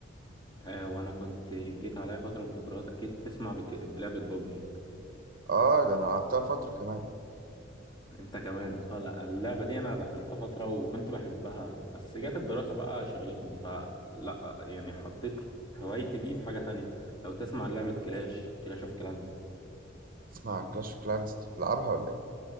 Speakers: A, on the left; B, on the right.
A: آه وانا كنت جيت عليا فترة من فترات اكيد تسمع بك... بلعبة بابجي
B: اه ده انا لعبتها فتره كمان
A: انت كمان اه لا اللعبة دي انا دخلتها فترة وكنت بحبها بس جت الدراسة بقى شغلتني فلا يعني حطيت هوايتي دي في حاجة تانية لو تسمع لعبة كلاش كلاش اوف كلانس
B: اسمع عن كلاش اوف كلانس بتلعبها ولا ايه